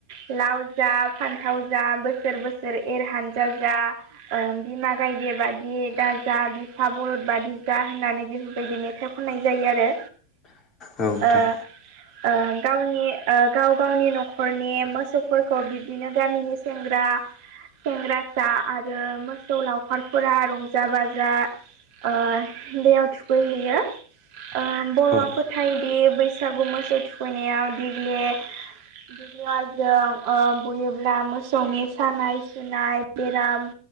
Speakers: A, on the right; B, on the left.
A: लाव जा फान्थाव जा बोसोर बोसोर एर हान्जा जा ओ बिमा गायदे बादि दाजा बिफा बलद बादि जा होननानै बेफोरबायदि मेथाइ खननाय जायो आरो।
B: औ नोंथां
A: ओ ओ गावनि ओ गाव गावनि न'खरनि मोसौफोरखौ बिब्दिनो गामिनि सेंग्रा सेंग्रासा आरो मोसौ लावखारफोरा रंजा बाजा ओ दैयाव थुखैहैयो। ओ बर'आ
B: औ
A: फोथायोदि बैसागु मोसौ थुखैनायाव देग्लि लेवाजों ओ बुयोब्ला मोसौनि सानाय सुनाय बेराम